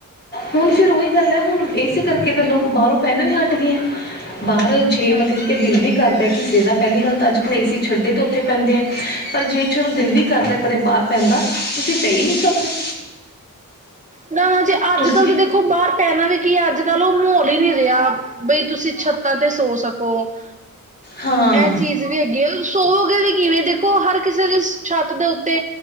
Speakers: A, on the left; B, on the right.
A: ਹੁਣ ਫਿਰ ਉਹੀ ਗੱਲ ਹੈ ਹੁਣ ਏ ਸੀ ਕਰਕੇ, ਕਿ ਤਾਂ ਲੋਕ ਬਾਹਰੋ ਪਹਿਨ ਵੀ ਹੱਟ ਗਏ ਆ, ਬਾਹਰ ਜੇ
B: ਹਾਂਜੀ
A: ਮਤਲਬ ਕਿ ਬਿਲਡਿੰਗ ਕਰਦਾ ਕਿਸੇ ਦਾ ਪਹਿਲੀ ਗੱਲ ਤਾਂ ਅੱਜ-ਕੱਲ ਏ ਸੀ ਛੱਡੇ ਤੋਂ ਉੱਥੇ ਪੈਂਦੇ ਆ ਪਰ ਜੇ ਚਲੋ ਦਿਲ
B: ਹੂੰ
A: ਵੀ ਕਰਦਾ ਕਦੇ ਬਾਹਰ ਪੈਂਣ ਦਾ ਤੁਸੀਂ ਪੈ ਹੀ ਨਹੀਂ ਸਕਦੇ।
B: ਨਾ ਜੇ ਅੱਜ
A: ਤੁਸੀਂ,
B: ਕੱਲ ਤਾਂ ਦੇਖੋ ਬਾਹਰ ਪੈਣਾ ਵੀ ਕੀ ਅੱਜ-ਕੱਲ ਉਹ ਮਾਹੌਲ ਹੀ ਨਹੀ ਰਿਹਾ। ਬਈ ਤੁਸੀਂ ਛੱਤਾਂ ਤੇ ਸੋ ਸਕੋ,
A: ਹਾਂ
B: ਇਹ ਚੀਜ਼ ਵੀ ਹੈਗੇ ਸੋਵੇਗੇ ਵੀ ਕਿਵੇਂ ਦੇਖੋ ਹਰ ਕਿਸੇ ਦੀ ਛੱਤ ਦੇ ਉੱਤੇ